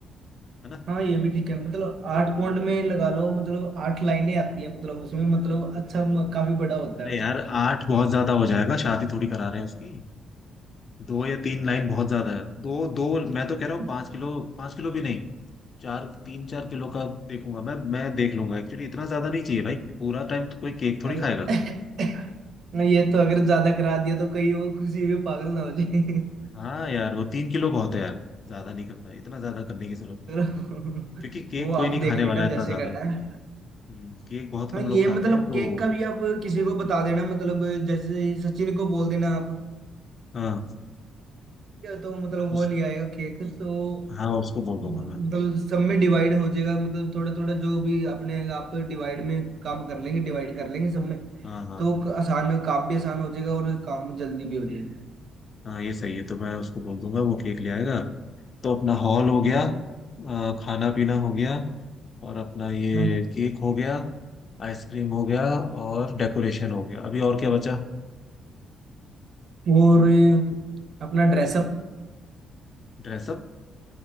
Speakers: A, on the left; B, on the right.
A: ना
B: हाँ ये भी ठीक है मतलब आठ पॉइंट में लगा लो मतलब आठ लाइनें आती है मतलब उसमें मतलब अच्छा म- काफी बड़ा होता
A: अरे
B: है
A: यार
B: वो।
A: आठ बहुत ज्यादा हो जाएगा शादी थोड़ी करा रहे हैं उसकी दो या तीन लाइन बहुत ज्यादा है दो दो मैं तो
B: <laughs>
A: कह रहा हूँ पाँच किलो पाँच किलो भी नहीं चार तीन चार किलो का देखूंगा मैं मैं देख लूंगा एक्चुअली इतना ज्यादा नहीं चाहिए भाई पूरा टाइम तो कोई केक थोड़ी
B: अगर
A: खाएगा
B: <laughs> ना ये तो अगर ज्यादा करा दिया तो कहीं वो किसी भी पागल ना हो जाए
A: हाँ यार वो तीन किलो बहुत है यार ज्यादा नहीं करना है इतना ज्यादा करने की जरूरत
B: <laughs>
A: नहीं
B: तो
A: है क्योंकि केक
B: वो
A: कोई
B: आप
A: नहीं खाने
B: देख लेना
A: वाला है इतना
B: जैसे
A: ज्यादा
B: करना है
A: हम्म, केक बहुत कम
B: हाँ
A: लोग
B: ये
A: खाते
B: मतलब
A: हैं तो
B: केक का भी आप किसी को बता देना मतलब जैसे सचिन को बोल देना आप
A: हाँ
B: या तो मतलब
A: उस
B: वो ले आएगा केक तो
A: हाँ उसको बोल
B: मतलब
A: दूंगा मैं
B: सब में डिवाइड हो जाएगा मतलब थोड़ा थोड़ा जो भी अपने आप डिवाइड में काम कर लेंगे डिवाइड कर लेंगे सब में
A: हाँ हाँ
B: तो
A: हाँ
B: क- आसान काम भी आसान हो जाएगा और काम जल्दी भी हो जाएगा
A: हाँ ये सही है तो मैं उसको बोल दूंगा वो केक ले आएगा तो अपना हॉल हो गया अ, खाना पीना हो गया और अपना ये
B: हम्म
A: केक हो गया आइसक्रीम हो गया और डेकोरेशन हो गया अभी और क्या बचा
B: और अपना ड्रेसअप
A: ड्रेसअप